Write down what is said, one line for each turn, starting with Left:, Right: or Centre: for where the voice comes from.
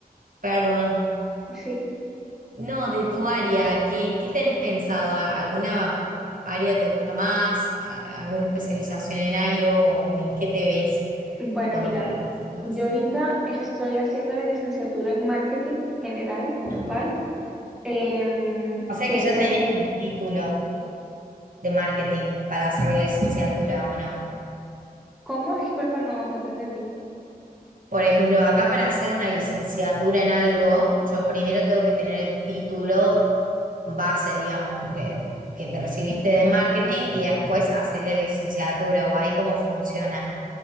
Right: perdón,
Centre: sí.
Right: no, de tu área, ¿qué, qué tenés pensado? ¿A- ¿Alguna área te gusta más? ¿A- ¿Alguna especialización en algo? ¿O en qué te ves
Centre: Bueno,
Right: cuando
Centre: mira,
Right: te recibas?
Centre: yo ahorita estoy haciendo la licenciatura en marketing general como
Right: Ah.
Centre: tal, em,
Right: O sea
Centre: que
Right: que ya
Centre: sería,
Right: tenés el título de marketing para hacer la licenciatura, ¿o no?
Centre: ¿cómo? Disculpa, no, no te entendí.
Right: Por ejemplo, acá para hacer una licenciatura en algo, yo primero tengo que tener el título base, digamos, que, que te recibiste de marketing y después hacer la licenciatura, o ahí cómo funciona.